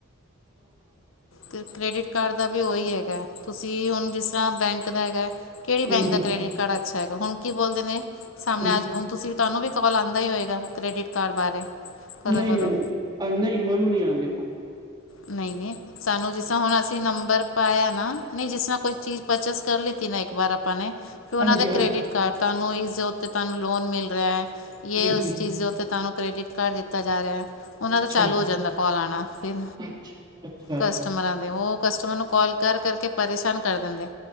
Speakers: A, on the left; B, on the right.
A: ਤੇ ਕ੍ਰੈਡਿਟ ਕਾਰਡ ਦਾ ਵੀ ਉਹੀ ਹੈਗਾ, ਤੁਸੀਂ ਹੁਣ ਜਿਸ ਤਰ੍ਹਾਂ ਬੈਂਕ ਤਾਂ ਹੈਗਾ। ਕਿਹੜੀ
B: ਹੂੰ,
A: ਬੈਂਕ ਦਾ ਕ੍ਰੈਡਿਟ ਕਾਰਡ ਅੱਛਾ ਹੈਗਾ, ਹੁਣ ਕੀ ਬੋਲਦੇ ਨੇ ਸਾਹਮਣੇ
B: ਹੂੰ
A: ਹੁਣ ਤੁਸੀਂ ਤੁਹਾਨੂੰ ਵੀ ਕਾਲ ਆਂਦਾ ਹੀ ਹੋਏਗਾ। ਕ੍ਰੈਡਿਟ ਕਾਰਡ ਬਾਰੇ। ਕਦੋਂ
B: ਨਹੀਂ-ਨਹੀਂ-ਨਹੀਂ,
A: ਕਦੋਂ
B: ਮੈਨੂੰ ਨਹੀਂ ਆਦੇ ਕਾਲ।
A: ਨਹੀਂ-ਨਹੀਂ ਸਾਨੂੰ ਜਿਸ ਤਰ੍ਹਾਂ ਹੁਣ ਅਸੀਂ ਨੰਬਰ ਪਾਇਆ ਨਾ, ਨਹੀਂ ਜਿਸ ਤਰ੍ਹਾਂ ਕੋਈ ਚੀਜ਼ ਪਰਚੇਸ ਕਰ ਲਤੀ। ਕਿ ਇੱਕ ਵਾਰ ਆਪਾਂ ਨੇ ਫ਼ਿਰ ਉਹਨਾਂ
B: ਹਾਂਜੀ,
A: ਦੇ ਕ੍ਰੇਡਿਟ-ਕਾਰਡ
B: ਹਾਂਜੀ,
A: ਤੁਹਾਨੂੰ ਇਸਦੇ ਉੱਤੇ ਤੁਹਾਨੂੰ ਲੋਨ ਮਿਲ ਰਿਹਾ ਹੈ ਜੇ
B: ਹਾਂਜੀ
A: ਉਸ ਚੀਜ਼ ਦੇ ਉੱਤੇ ਤੁਹਾਨੂੰ ਕ੍ਰੈਡਿਟ ਕਾਰਡ ਦਿੱਤਾ ਜਾ ਰਿਹਾ। ਉਹਨਾਂ
B: ਅੱਛਾ,
A: ਦਾ ਚਾਲੂ ਹੋ ਜਾਂਦਾ ਕਾਲ ਆਣਾ, ਫਿਰ
B: ਅੱਛਾ, ਅੱਛਾ,
A: ਕਸਟਮਰਾਂ
B: ਅੱਛਾ।
A: ਦੇ ਉਹ ਕਸਟਮਰ ਨੂੰ ਕਾਲ ਕਰ ਕਰ ਕੇ ਪ੍ਰੇਸ਼ਾਨ ਕਰ ਦਿੰਦੇਂ,